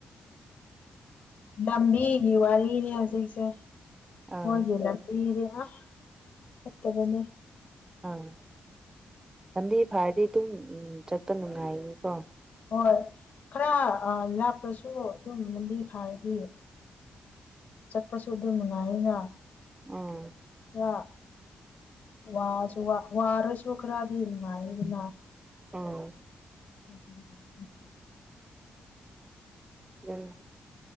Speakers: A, on the left; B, on the right.
A: ꯂꯝꯕꯤꯒꯤ ꯋꯥꯔꯤꯅꯦ ꯍꯧꯖꯤꯛꯁꯦ
B: ꯑꯥ
A: ꯃꯣꯏꯒꯤ ꯂꯝ ꯏꯗꯤ ꯑꯥ ꯐꯠꯇꯕꯅꯦ꯫
B: ꯑꯥ ꯂꯝꯕꯤ ꯐꯥꯔꯗꯤ ꯑꯗꯨꯝ ꯆꯠꯄ ꯅꯨꯡꯉꯥꯏꯅꯤꯀꯣ
A: ꯍꯣꯏ ꯈꯔ ꯂꯥꯛꯄꯁꯨ ꯑꯗꯨꯝ ꯂꯝꯕꯤ ꯐꯥꯔꯗꯤ ꯆꯠꯄꯁꯨ ꯑꯗꯨ ꯅꯨꯡꯉꯥꯏꯅ
B: ꯑꯃ
A: ꯑ ꯋꯥꯁꯨ ꯋꯥꯔꯁꯨ ꯈꯔꯗꯤ ꯅꯨꯡꯉꯥꯏꯗꯅ
B: ꯎꯝ
A: <inaudible>
B: ꯎꯝ